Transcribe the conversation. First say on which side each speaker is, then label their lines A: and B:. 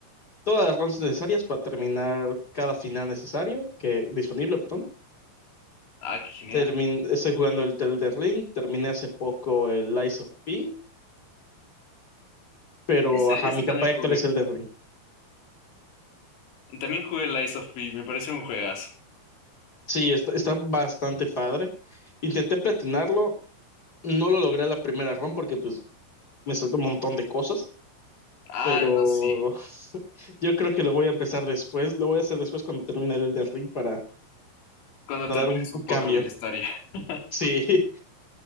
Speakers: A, on the left; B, on the left.
A: todas las rondas necesarias para terminar cada final necesario, que disponible, perdón.
B: ah, qué genial.
A: Termin- estoy jugando el Tel Ring, terminé hace poco el Lies of P, pero
B: Ese,
A: ajá,
B: ese
A: mi
B: también
A: capa actual
B: jugué.
A: es el de Ring.
B: También jugué Lies of P, me parece un juegazo.
A: Sí, está, está bastante padre. Intenté platinarlo, no lo logré a la primera run porque pues me saltó un montón de cosas,
B: Ah,
A: pero
B: no, sí.
A: <laughs> yo creo que lo voy a empezar después, lo voy a hacer después cuando termine el Elden Ring para,
B: Cuando
A: para
B: te olvides
A: dar un, un
B: un
A: cambio.
B: poco de la historia. <laughs>
A: Sí,